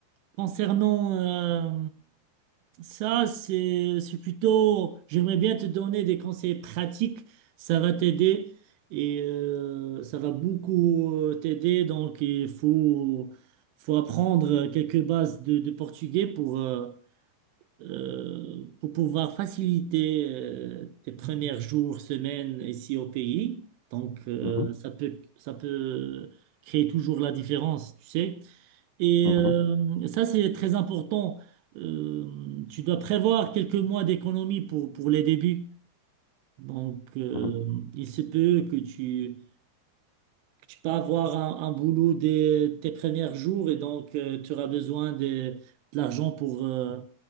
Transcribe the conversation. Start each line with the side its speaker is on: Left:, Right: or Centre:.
Right: Concernant euh, ça, c'est c'est plutôt, j'aimerais bien te donner des conseils pratiques, ça va t'aider et euh, ça va beaucoup euh, t'aider. Donc, il faut, faut apprendre quelques bases de, de portugais pour, euh, euh, pour pouvoir faciliter euh, tes premiers jours, semaines ici au pays. Donc, euh,
Left: Mhm,
Right: ça peut, ça peut créer toujours la différence, tu sais. Et
Left: mhm,
Right: euh, ça, c'est très important. Euh, tu dois prévoir quelques mois d'économie pour, pour les débuts. Donc, euh,
Left: mhm.
Right: il se peut que tu, que tu peux avoir un, un boulot dès tes premiers jours et donc euh, tu auras besoin de, de l'argent pour, euh,